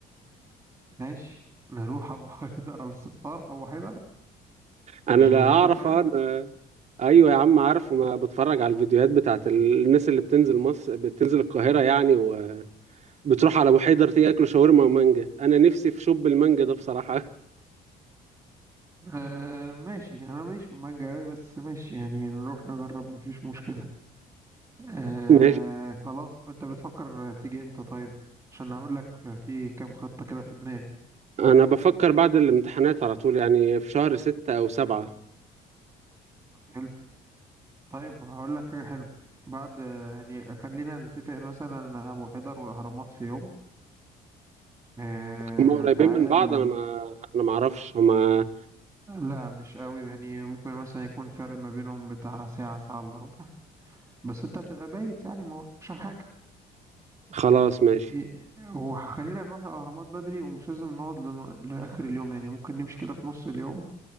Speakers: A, on the right (about 15°); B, on the right (about 40°).
A: ماشي نروح أبو <laughs> حيدر أو الستار في أبو حيدر
B: انا
A: مش
B: لا
A: غريبة
B: اعرف
A: شوية
B: أنا... ايوه يا عم عارفه ما بتفرج على الفيديوهات بتاعت ال- الناس اللي بتنزل مصر بتنزل القاهره يعني وبتروح على ابو حيدر تاكلوا شاورما ومانجا انا نفسي في شوب المانجا ده بصراحه <laughs>
A: أه ماشي أنا ماليش في المانجا أوي بس ماشي يعني نروح نجرب مفيش مشكلة أه
B: ماشي
A: خلاص أنت بتفكر تيجي إمتى طيب عشان هقول لك في كام خطة كده في دماغي
B: انا بفكر بعد الامتحانات على طول يعني في شهر ستة او سبعة
A: حلو طيب هقول لك حاجة حلوة بعد يعني خلينا نتفق مثلا أبو حيدر والأهرامات في يوم آه
B: هما قريبين
A: تعالى
B: من بعض
A: ال...
B: انا ما انا ما اعرفش هما
A: لا مش قوي يعني ممكن مثلا يكون فرق ما بينهم بتاع ساعة ساعة إلا ربع بس أنت هتبقى بايت يعني ما وراكش حاجة
B: خلاص ماشي
A: ي- هو خلينا نروح الأهرامات بدري ومش لازم نقعد لن... لآخر اليوم يعني ممكن نمشي كده في نص اليوم